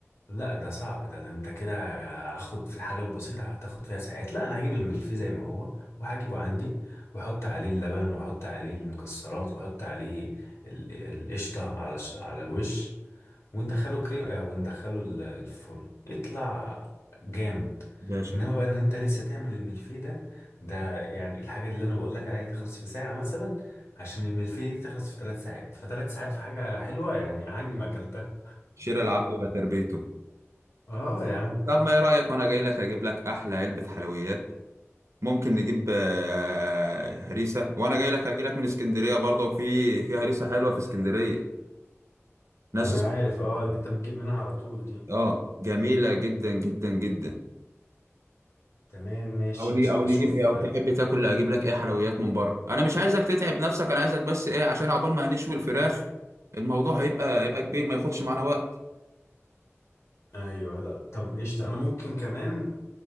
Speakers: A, on the left; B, on the right.
A: لا ده صعب ده, ده انت كده هاخد في الحاجة البسيطة هتاخد فيها ساعات لا انا هجيب الملفيه زي ما هو وهجيبه عندي واحط عليه اللبن واحط عليه المكسرات واحط عليه ال- القشطة على الش- على الوش وندخله كريم آه، وندخله ال- الفرن يطلع جامد
B: باشا
A: انما بقى ان انت لسه تعمل الملفيه ده ده يعني الحاجة اللي انا بقول لك عليها دي تخلص في ساعة مثلا عشان الملفيه دي تخلص في ثلاث ساعات فثلاث ساعات في حاجة حلوة يعني عني ما اكلتها
B: شراء العبد ولا تربيته
A: اه يا عم
B: طب ما ايه رأيك وانا جاي لك اجيب لك احلى علبة حلويات ممكن نجيب آه، هريسة وانا جاي لك هجي لك من اسكندرية برضه في في هريسة حلوة في اسكندرية ناس
A: انا
B: اس-
A: عارف اه اللي انت بتجيب منها على طول دي
B: اه جميلة جدا جدا جدا
A: تمام ماشي
B: او نجيب
A: قشطة
B: او نجيب
A: شوف
B: ايه او تحب تاكل اجيب لك ايه حلويات من بره انا مش عايزك تتعب نفسك انا عايزك بس ايه عشان عقبال ما هنشوي الفراخ الموضوع هيبقى هيبقى كبير ما ياخدش معانا وقت
A: ايوه لا طب قشطة انا ممكن كمان